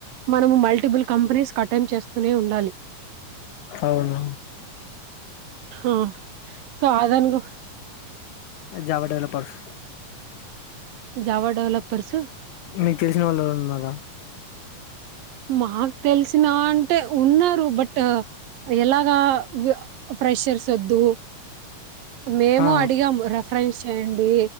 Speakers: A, on the right (about 85°); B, on the left (about 70°).
A: మనము మల్టిపుల్ కంపెనీకి అటెం చేస్తూనే ఉండాలి.
B: అవున
A: ఆ సో అదన్ గు
B: జావ డవలపర్స్
A: జావా డెవలపర్స్
B: మీకు తెలిసిన వాళ్ళు ఎవరన్న ఉన్నారా?
A: మాకు తెలిసిన అం టే ఉన్నారు బట్, ఎలాగా వ ప్రెషర్స్ వద్దు. మేము
B: ఆ
A: అడిగాము రెఫరెన్స్ చేయండి,